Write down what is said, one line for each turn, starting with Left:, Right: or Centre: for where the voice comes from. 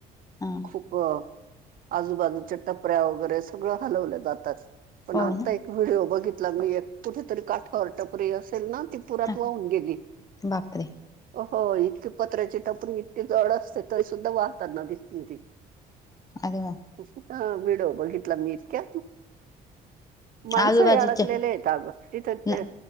Left: हा.
Right: खूप आजूबाजूच्या टपऱ्या वगैरे सगळं हलवल्या जातात पण
Left: हो
Right: आता
Left: ना
Right: व्हिडिओ बघितला मी एक कुठेतरी काठावर टपरी असेल ना ती <inaudible> रात
Left: हा
Right: वाहून गेली
Left: बापरे
Right: हो इतकी पत्र्याची टपरी <inaudible> जड असते तरी सुद्धा वाहतातना दिस <inaudible> ती
Left: अरे. <inaudible>
Right: <inaudible> हा <inaudible> वड बघितला मी इतक्या माणसरी
Left: आजूबाजूच्या
Right: अडकलेले आहेत तिथे ते
Left: ना